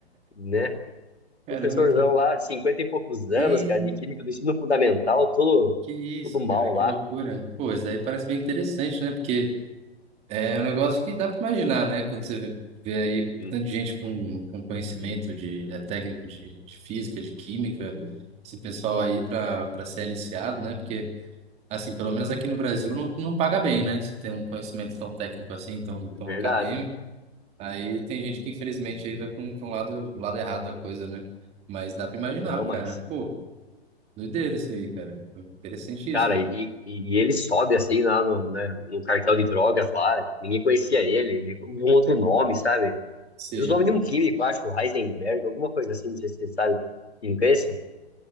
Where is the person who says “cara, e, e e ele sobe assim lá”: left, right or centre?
Left